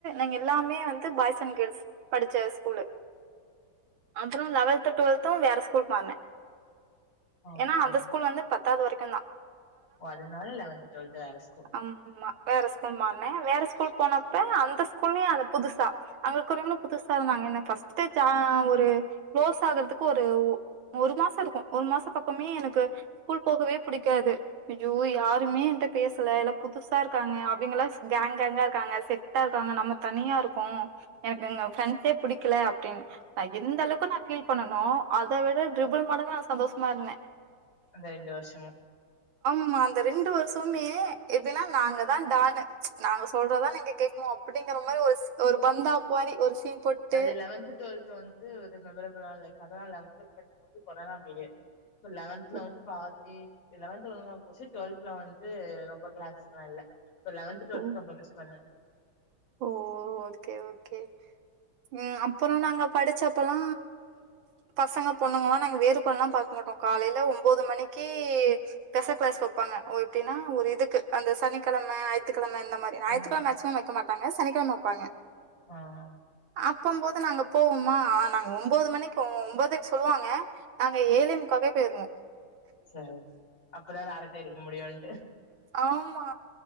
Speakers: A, on the right; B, on the left.
A: ங்க எல்லாமே வந்து பாய்ஸ் அண்ட் கேர்ள்ஸ் படிச்ச ஸ்கூல் அப்பறம் லெவன்த டுவெல்த்தும் வேற ஸ்கூல் போனேன்
B: ஓகே.
A: ஏன்னா அந்த ஸ்கூல் வந்து பத்தாவது வரைக்கும் இருக்கனா
B: ஓ அதுனால லெவன்த்து டுவெல்த்து வேற ஸ்கூல்
A: ஆமா வேற ஸ்கூல் மாறுன வேற ஸ்கூல் போனப்ப அந்த ஸ்கூல்லயு அத புதுசா அங்களுக்கு ஒரும்னு புதுசா இருந்தாங்க எனக்கு ஃபஸ்ட்டு ஜா ஒரு குளோஸ் ஆகுறதுக்கு ஒரு ஒ ஒரு மாசோ இருக்கு ஒரு மாசோ பக்கமே எனக்கு ஸ்கூல் போகவே புடிக்காது ஐயோ யாருமே என்ட பேசல எல்லா புதுசா இருக்காங்க அவிங்கல்லாஸ் கேங் கேங்கா இருக்காங்க செட்டா இருக்காங்க நம்ம தனியா இருக்கோ எனக்கு இங்க ஃப்ரெண்ட்ஸே புடிக்கல அப்டின்னு நா எந்த அளவுக்கு நா ஃபீல் பண்ணனோ அத விட ட்ரிபுள் மடங்கு நா சந்தோஷமா இருந்த
B: அந்த ரெண்டு வருஷமு
A: ஆம்ஆ அந்த ரெண்டு வருஷ்மே எப்டின்னா நாங்கதா டானு நாங்க சொல்றதா நீங்க கேக்கனு அப் அப்டிங்கற மாரி ஒருஸ் ஒரு பந்தாப்பு மாரி ஒரு சீன் போட்டு
B: அது லெவன்த்து டுவெல்த்து வந்து ஒரு மெமரபுள் அதுதா லைஃப் அதா லெவன்த்து டுவெல்த்து வந்து கொரோனா பீரியடு லெவன்த்ல
A: ஓ!
B: வந்து பாத் தீ லெவன்த்து ஒழுங்கா போச்சு டுவெல்த்துல வந்து ரொம்ப கிளாஸ்லா இல்ல இப்ப லெவன்த்து டுவெல்த்து
A: ஓ!
B: ரொம்ப மிஸ் பண்ணுவ
A: ஓ ஓகே ஓகே ம் அப்புறோ நாங்க படுச்சப்பல்லா பசங்க பொண்ணுங்களா நாங்க வேறுபாடல்லாம் பாக்க மாட்டோ காலைல ஒம்போது மணிக்கு பெச கிளாஸ் வெப்பாங்க ஓ எப்டின்னா ஒரு இதுக்கு அந்த சனிக்கெழம ஞாயித்து கெழம இந்த மாரி ஞாயித்துகெழம
B: ம்
A: மேக்சிமம் வெக்க மாட் டாங்க சனிக்கெழம வெப்பாங்க
B: ம்
A: அப்பம் போது நாங்க போவோமா நாங்க ஒம்போது மணிக்கு ஒம்போதுக் சொல்லுவாங்க நாங்க ஏழே முக்காக்கே போயிருவோ
B: சேர் அப்பதான அரட்ட அடிக்க முடியுன்ட்டு
A: ஆமா